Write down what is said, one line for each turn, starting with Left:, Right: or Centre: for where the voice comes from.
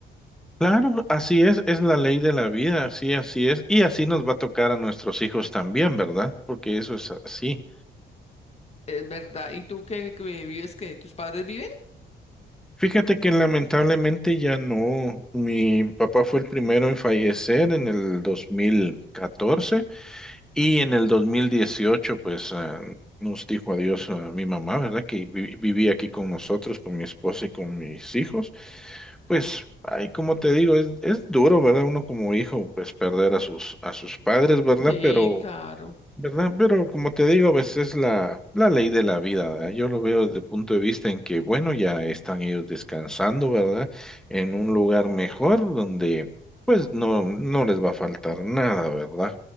Centre: Claro, así es, es la ley de la vida, así, así es, y así nos va a tocar a nuestros hijos también, ¿verdad? Porque eso es así.
Left: Es verdad. ¿Y tú qué, qué vives? ¿Qué? ¿Tus padres viven?
Centre: Fíjate que lamentablemente ya no. Mi papá fue el primero en fallecer en el 2014 y en el 2018 pues ah, nos dijo adiós a mi mamá, ¿verdad? Que vi- vivía aquí con nosotros, con mi esposa y con mis hijos. Pues, ay, como te digo, es, es duro, ¿verdad? Uno como hijo pues perder a sus, a sus padres, ¿verdad?
Left: Sí,
Centre: Pero
Left: claro.
Centre: ¿verdad? Pero como te digo, pues es la, la ley de la vida, ¿verdad? Yo lo veo desde el punto de vista en que, bueno, ya están ellos descansando, ¿verdad? En un lugar mejor donde, pues, no, no les va a faltar nada, ¿verdad?